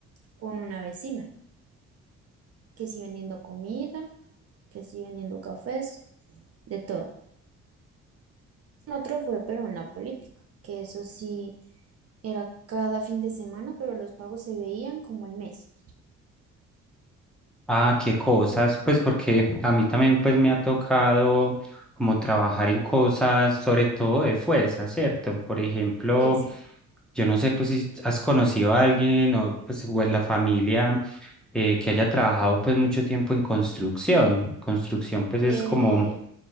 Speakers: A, on the right; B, in the centre.
A: con una vecina, que sí vendiendo comida, que sí vendiendo cafés, de todo. Otro fue, pero en la política, que eso sí era cada fin de semana, pero los pagos se veían como al mes.
B: Ah, qué cosas, pues porque a mí también pues me ha tocado como trabajar en cosas, sobre todo de fuerza, ¿cierto? Por ejemplo,
A: Sí, sí.
B: yo no sé pues si has conocido a alguien o pues o en la familia eh, que haya trabajado pues mucho tiempo en construcción. Construcción pues
A: Eh,
B: es como